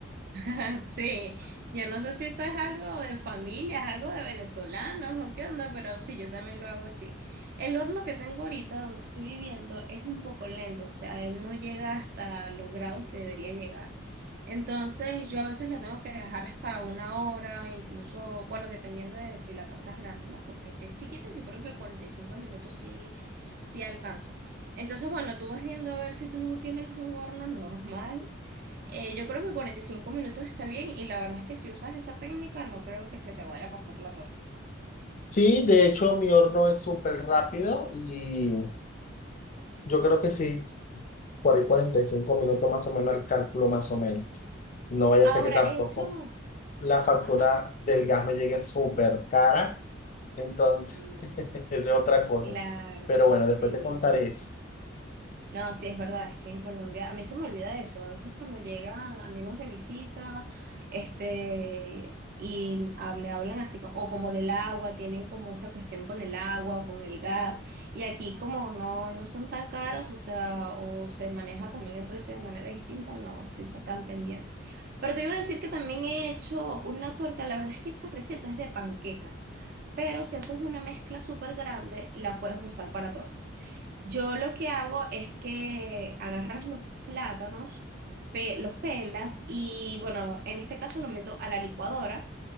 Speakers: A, on the right; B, on the left.
A: <laughs> sí, yo no sé si eso es algo de familia, es algo de venezolanos o qué onda, pero sí, yo también lo hago así. El horno que tengo ahorita donde estoy viviendo es un poco lento, o sea, él no llega hasta los grados que debería llegar. Entonces, yo a veces la tengo que dejar hasta una hora, incluso, bueno, dependiendo de si la torta es grande, ¿no? Porque si es chiquita, yo creo que 45 minutos sí, sí alcanza. Entonces, bueno, tú vas viendo a ver si tú tienes un horno normal Eh, yo creo que 45 minutos está bien y la verdad es que si usas esa técnica no creo que se te vaya a pasar la torta.
B: Sí, de hecho mi horno es súper rápido y yo creo que sí, por ahí 45 minutos más o menos el cálculo más o menos. No vaya
A: Ahora,
B: a ser que tampoco
A: hecho.
B: la factura
A: Ajá.
B: del gas me llegue súper cara, entonces
A: Mm,
B: <laughs> esa es otra cosa.
A: claro,
B: Pero bueno,
A: sí.
B: después te contaré eso.
A: No, sí, es verdad, es que en Colombia, a mí se me olvida eso, a veces cuando llegan amigos de visita, este, y ah, me hablan así, co- o como del agua, tienen como esa cuestión con el agua o con el gas, y aquí como no, no son tan caros, o sea, o se maneja también el precio de manera distinta, no estoy tan pendiente. Pero te iba a decir que también he hecho una torta, la verdad es que esta receta es de panquecas, pero si haces una mezcla súper grande, la puedes usar para tortas. Yo lo que hago es que agarras los plátanos, pe- los pelas y bueno, en este caso los meto a la licuadora